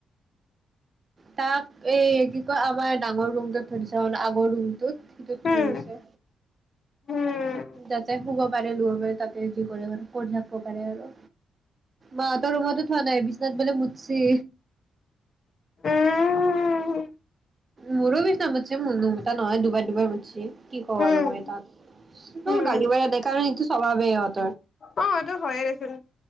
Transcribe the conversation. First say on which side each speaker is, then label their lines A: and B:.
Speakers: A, on the right; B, on the left.
A: তাক এই কি কয় আমাৰ ডাঙৰ ৰুমকে থৈ দিছা মানে আগৰ ৰুম। সিটোত ধৰিছে
B: উম, উম,
A: যাতে শুব। পাৰে ল পাৰে তাতে যি কৰে কত থাকিব পাৰে আৰু মাহতৰ ৰুমতো থোৱা নাই বিচনাত বোলে মুতচি।
B: উম ',
A: মোৰো বি। নামছে মনুম এটা নহয় দুবাৰ - দুবাৰ মুতছে কি কওঁ
B: উম,
A: আৰু মই তাত অহ
B: উম,
A: ', গালি ব নাই কাৰণ সটো। স্বভাৱত
B: অ এইটো হয়য়ে দেছিলোন